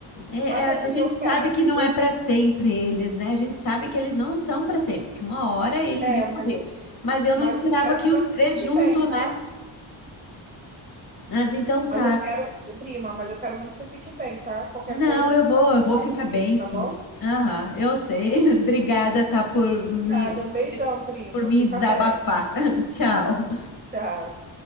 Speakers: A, on the left; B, on the right.
A: é, é,
B: Mas assim,
A: a gente
B: eu,
A: sabe que não
B: eu,
A: é para sempre eles, né? A gente sabe que eles não são para sempre, que uma hora eles
B: É,
A: iam
B: mas,
A: morrer. Mas eu
B: mas
A: não esperava
B: eu quero
A: que
B: que você
A: os três
B: fique
A: juntos,
B: bem, tá?
A: né? Mas então tá.
B: Mas eu quero, prima, mas eu quero muito que você fique bem, tá? Qualquer
A: Não,
B: coisa, eu
A: eu
B: vou
A: vou, eu vou
B: falar
A: ficar
B: comigo,
A: bem, sim.
B: tá bom?
A: Aham, eu sei. <laughs> Obrigada, tá, por me,
B: Nada, beijão, prima.
A: por me
B: Fica
A: desabafar.
B: bem.
A: <laughs> Tchau.
B: Tchau.